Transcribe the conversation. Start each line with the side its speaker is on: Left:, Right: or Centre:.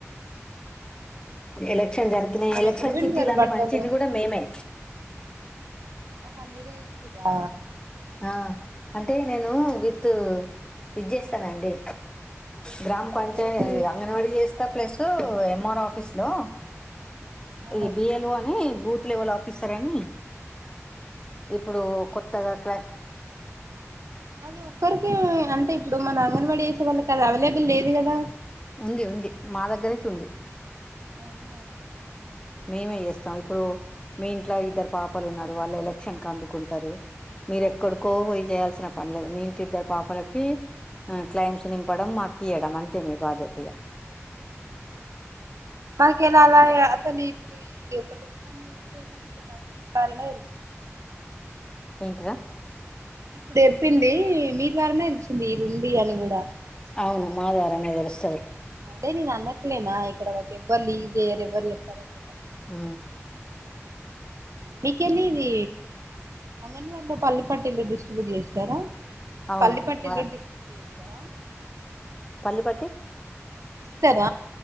Left: ఎలా ఎ జరికి
Right: మరి
Left: ఎలక్షన్
Right: ఎప్పుడు పిండుతారు
Left: చిటీలన్నీ
Right: బట్టలు
Left: మంచిది కూడా మేమే
Right: ఆహా మీరే ఇచ్చిరా
Left: ఆ అంటే నేను విత్ ఇది చేస్తానండి గ్రామ పంచయ
Right: ఏది
Left: అంగన వాడి చేస్త ప్లస్ ఎంఆర్ ఆఫీస్ లో
Right: ఆ
Left: ఈ బియల్ని బ వల్ ఆఫీసర్ అని ఇప్పుడు కొత్తగా క
Right: అదే ఒక్కరికి అంటే ఇప్పుడు మన అంగన్వాడీ వేసే వాళ్ళకి అది అవైలబుల్ లేదు కదా
Left: ఉంది ఉంది మా దగ్గరైతే ఉంది
Right: అవునా
Left: మేమే చేస్తాం ఇప్పుడు మీ ఇంట్లో ఇద్దరు పాపలు ఉన్నారు వాళ్ళు ఎలక్షన్ క అందుకుంటారు మీర
Right: అదే
Left: ఎక్కడికో పోయి చేయాల్సిన పన్లేదు మీ ఇంటిద్దరు పాపలకి క్లైమ్స్ నింపడం మాకు ఇయ్యడం అంతే మీ బాధ్యతఇక
Right: మాకెలా అలా కానీ ఇప్పుడు ఇది ఒకటి ఉందన్న విషయం కూడా మీ కాళ తెలిసింది <unintelligible>
Left: ఎంట్రా
Right: ఇప్పుడు చెప్పింది మీ ద్వారానే తెలిసింది ఇదుంది అని కూడా
Left: అవును మా ద్వారానే తెలుస్తది
Right: అదే నే ననట్లేనా ఇక్కడ వరకెవ్వరు లీక్ జేయరు ఎవ్వరు చెప్పరు అని
Left: ఆ
Right: మీకెళ్ళి ఇది అంగన్వాడలో పల్లి పటీలు డిస్ట్రిబ్యూట్ చేస్తారా
Left: అవును
Right: పల్లి పటీలు
Left: మా
Right: డిస్ట్రిబ్యూట్ చేస్తారా
Left: పల్లిపట్టీ
Right: ఇస్తర